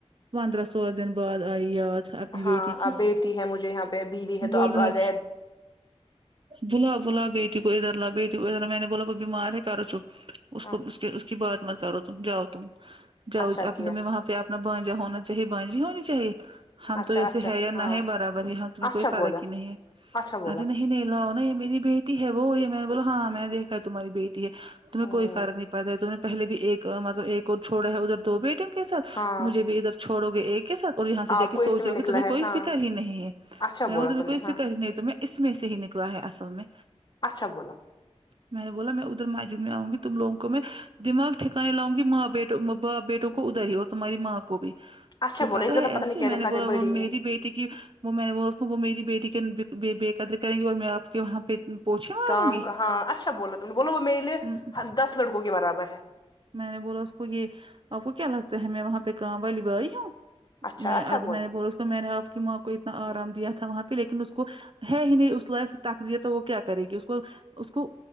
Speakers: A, on the right; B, on the left.
A: پندرہ سولہ دن بعد آئی یاد اپنی بیٹی
B: ہاں
A: کی
B: اب بیٹی ہے مجھے یہاں پہ بیوی ہے
A: بول
B: تو اب
A: رہا
B: آ گئے
A: بلاؤ بلاؤ بیٹی کو ادھر لا بیٹی کو ادھر لاؤ میں نے بولا وہ بیمار ہے کرو چپ اس
B: ہاں
A: کو اس کے اس کی بات مت کرو تم جاؤ تم جاؤ
B: اچھا
A: آپ
B: کیا
A: ت وہاں پہ آپ اپنا بھانجا ہونا چاہیے بھانجی ہونی چاہیے ہم
B: اچھا
A: تو جیسے
B: اچھا
A: ہے یا نہ
B: ہاں
A: ہے برابر ہی ہم تمہیں
B: اچھا
A: کوئی فرق
B: بولا
A: ہی نہیں ہے
B: اچھا بولا
A: ارے نہیں نہیں لاؤ نا یہ میری بیٹی ہے وہ یہ میں نے بولا ہاں میں دیکھا تمہاری بیٹی تمہیں
B: ہوں
A: کوئی فرق نہیں پڑتا تم نے پہلے بھی ایک مطلب ایک اور چھوڑا ہے ادھر دو بیٹے کے ساتھ
B: ہاں
A: مجھے بھی ادھر چھوڑو گے ایک کے ساتھ اور یہاں سے
B: آپ
A: جا کے
B: کو
A: سوجاؤ
B: اسی میں نکلا
A: گے تمہیں
B: ہے
A: کوئی
B: ہاں
A: فکر ہی نہیں ہے
B: اچھا
A: میں
B: بولا
A: ہ تمہیں
B: تم
A: کوئی
B: نے ہاں
A: فکر ہی نہیں تمہیں اس میں سے ہی نکلا ہے اصل میں
B: اچھا بولا
A: میں نے بولا میں ادھر ماجد میں آؤں گی تم لوگوں کو میں دماغ ٹھاکانے لگاؤنگی ماں بیٹ باپ بیٹوں کو ادھر ہی ہو تمہاری ماں کو بھی
B: اچھا
A: اس کو
B: بولا
A: پتا
B: زیادہ
A: ہے ایسے
B: پتہ نہیں کیا
A: میں
B: دکھاتے
A: نے بولا
B: بڑی
A: وہ میری
B: میں
A: بی ٹی کی وہ میں وہ اس کو وہ میری بیٹی کی بے بے قدری کریں گی اور میں آپ کے وہاں پہ پوچھے ماروں
B: کام
A: گی
B: کہاں اچھا بولا تم نے بولو وہ میرے لیے
A: م-
B: دس لڑکوں کے برابر ہے
A: میں نے بولا اس کو یہ آپ کو کیا لگتا ہے میں وہاں پہ کام والی بائی ہوں
B: اچھا
A: میں
B: اچھا
A: اب میں نے بولا اس کو میں نے آپ کی ماں کو اتنا آرام دیا تھا وہاں پہ لیکن اس کو ہے ہی نہیں اس لائف تقدیر تو وہ کیا کرے گی اس کو اس کو